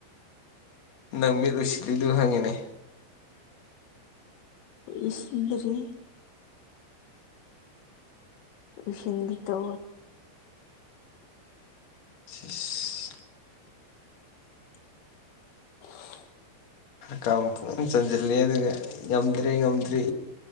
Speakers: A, on the left; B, on the left.
A: ꯅꯪ ꯃꯤꯠ ꯎꯁꯤꯜꯂꯤꯗꯨ ꯍꯪꯉꯤꯅꯦ
B: ꯏꯁꯤꯡꯗꯔꯤ ꯏꯁꯟꯗꯤ ꯇ
A: ꯐꯤꯁ
B: <unintelligible>
A: ꯀ ꯄꯨꯨꯡꯟꯅ ꯆꯟꯁꯤꯜꯂꯦ ꯑꯗꯨꯒ ꯉꯝꯗ꯭ꯔꯦ ꯉꯝꯗ꯭ꯔꯦ